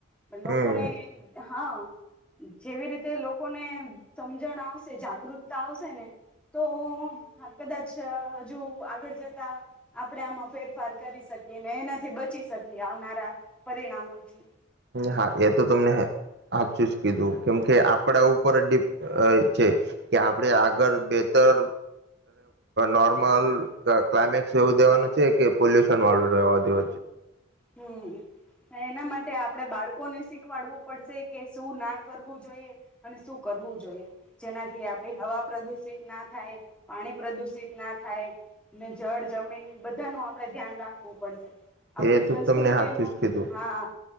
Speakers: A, in the centre; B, on the right.
A: પણ લોકોને
B: હમ
A: હા જેવી રીતે લો કોને સમજણ આવશે જાગૃતતા આવશે ને તો કદાચ હજુ આગળ જતા આપણે આમાં ફેરફાર કરી શકીએ ને એનાથી બચી શકીએ આવનારા પરિણામોથી.
B: હા એ તો તમને હાચું જ કીધું કેમ કે આપડા ઉપર જ છે કે આપણે આગળ બેતર નોર્મલ ક્લાયમેક્સ એવું દેવાનું છે કે પોલ્યુશન વાળું રહેેવા દેવ.
A: હમ એના માટે આપડે બાળકો ને શીખવાડવું પડશે કે શું ના કરવું જોઈએ અને શું કરવું જોઈએ. જેનાથી આપડી હવા પ્રદુષિત ના થાય. પાણી પ્રદુષિત ના થાય. જળ, જમીન બધાનું આપડે ધ્યાન રાખવું ખવું પડશે.
B: <inaudible>
A: આપણી સંસ્કૃતિનું
B: જ કીધું
A: હા.